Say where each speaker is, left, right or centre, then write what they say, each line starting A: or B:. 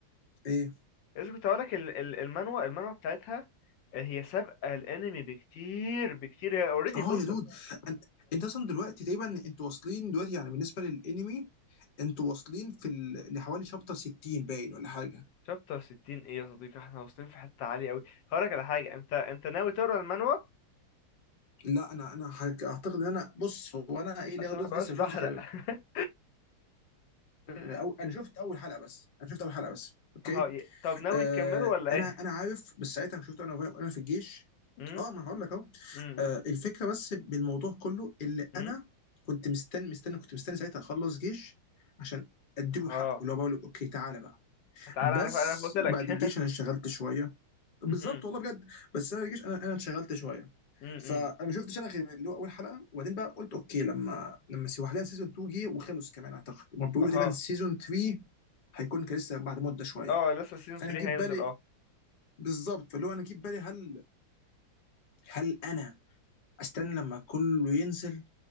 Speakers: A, on the left; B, on the left.
A: ايه
B: لسه كنت هقولك ال- ال- المانوا المانوا بتاعتها آه، هي سابقة الأنمي بكتير بكتير هي اوريدي
A: اه
B: خلصت
A: يا دود أن... انت اصلا دلوقتي تقريبا انتوا واصلين دلوقتي يعني بالنسبه للانمي انتوا واصلين في ال... لحوالي شابتر 60 باين ولا حاجه
B: شابتر 60 ايه يا صديقي احنا واصلين في حتة عالية قوي هقولك على حاجة انت انت ناوي تقرا المانوا
A: لا انا انا حك... اعتقد ان انا بص هو انا ايه
B: عشان
A: لغايه دلوقتي
B: ما بقاش
A: لسه
B: بحرق
A: ما شفتش غير
B: <laughs>
A: آه، أو انا شفت اول حلقه بس انا شفت اول حلقه بس اوكي
B: اهو ي- طب ناوي
A: آه
B: تكمله ولا
A: انا
B: ايه
A: انا عارف بس ساعتها شفته انا وانا في الجيش
B: امم
A: اه ما هقول لك اهو
B: امم
A: آه، الفكره بس بالموضوع كله اللي
B: امم
A: انا كنت مستني مستني كنت مستني ساعتها اخلص جيش عشان اديله
B: اهو
A: حقه اللي هو بقول له اوكي تعالى بقى
B: تعالى
A: بس
B: انا ف- انا قلت لك
A: بعد الجيش
B: <laughs>
A: انا اشتغلت شويه بالظبط
B: امم
A: والله بجد بس انا رجعش انا انا انشغلت شويه
B: امم
A: فانا ما شفتش انا غير اللي هو اول حلقه وبعدين بقى قلت اوكي لما لما سي وحدها سيزون 2 جه وخلص كمان اعتقد وما بيقولوا
B: اهو
A: تقريبا سيزون 3 هيكون كان لسه بعد مده شويه
B: اه لسه سيزون
A: فانا
B: 3
A: جيب
B: هينزل
A: بالي
B: اه
A: بالظبط فاللي هو انا جيب بالي هل هل انا استنى لما كله ينزل